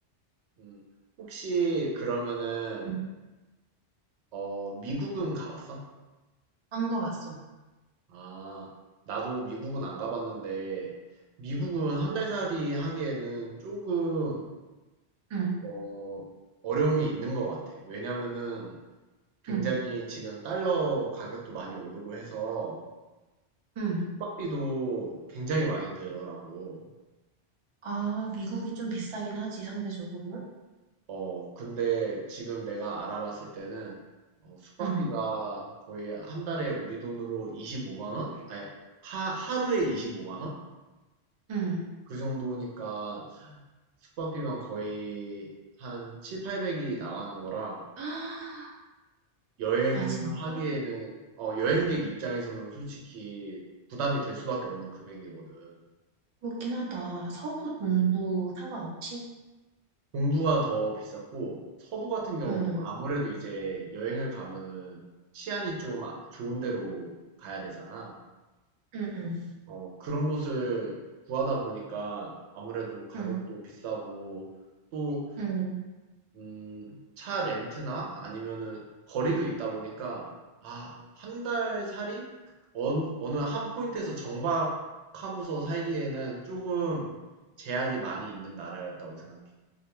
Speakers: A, on the right; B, on the right.
A: 음. 혹시 그러면은
B: 응,
A: 어 미국은 가 봤어?
B: 안 가봤어.
A: 아. 나도 미국은 안 가봤는데 미국은 한 달 살이 하기에는 조금
B: 응,
A: 어 어려움이 있는 것 같아. 왜냐면은 굉장히
B: 응,
A: 지금 달러 가격도 많이 오르고 해서
B: 응.
A: 숙박비도 굉장히 많이 들더라고.
B: 아, 미국이 좀 비싸긴 하지, 상대적으로.
A: 어 근데 지금 내가 알아봤을 때는 어, 숙박비가
B: 응,
A: 거의 한 달에 우리 돈으로 25만 원? 아니 하, 하루에 25만 원?
B: 응.
A: 그 정도니까 숙박비만 거의 한 7, 800이 나가는 거라
B: 아,
A: 여행하기에는
B: 아, 진짜?
A: 어, 여행객 입장에서는 솔직히 부담이 될 수밖에 없는 금액이거든.
B: 그렇긴 하다. 서부, 동부 상관없이?
A: 동부가 더 비쌌고 서부 같은 경우도
B: 응,
A: 아무래도 이제 여행을 가면은 치안이 좀 아- 좋은 데로 가야 되잖아.
B: 응, 응,
A: 어, 그런 곳을 구하다 보니까 아무래도 가격도
B: 응,
A: 비싸고 또,
B: 응.
A: 음, 차 렌트나 아니면은 거리도 있다 보니까 아, 한 달 살이 어 어느 한 포인트에서 정박하고서 살기에는 조금 제약이 많이 있는 나라였다고 생각해.